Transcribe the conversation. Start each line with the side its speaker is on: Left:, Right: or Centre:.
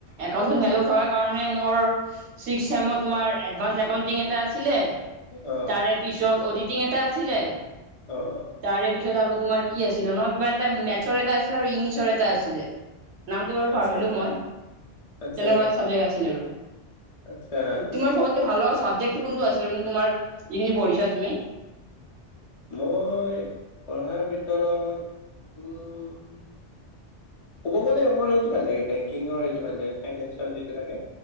Right: একাউণ্ট
Left: আচ্ছা
Right: মেজৰ থকাত তাৰ কাৰণে মোৰ ছিস্ক চেমত তোমাৰ এডভান্স একাউণ্টিং এটা আছিলে
Left: অ
Right: তাৰে পিছত অডিটিং এটা আছিলে।
Left: অ'।
Right: তাৰে পিছত আৰু তোমাৰ কি আছিলে নহ কিবা এটা মেথছৰ এটা আছিলে আৰু ইংলিছৰ এটা আছিলে। নামটো বাৰু
Left: আচ্ছা,
Right: পাহাৰিলো মই
Left: আচ্ছা,
Right: তেনেকুৱা এ চাবজেক্ট আছিল আৰু।
Left: আচ্ছা,
Right: তোমাৰ চবতকে ভাল লগা চাবজেক্ট কোনটো আছিলে নো তোমাৰ যিখিনি পঢ়িছা তুমি।
Left: মই পঢ়াৰ ভিতৰত উম ক'ব গ'লে মোৰ সেইটো ভাল লাগে বেংকিঙৰ সেইটো ভাল লাগে ফাইনেন্সৰ যিটো লাগে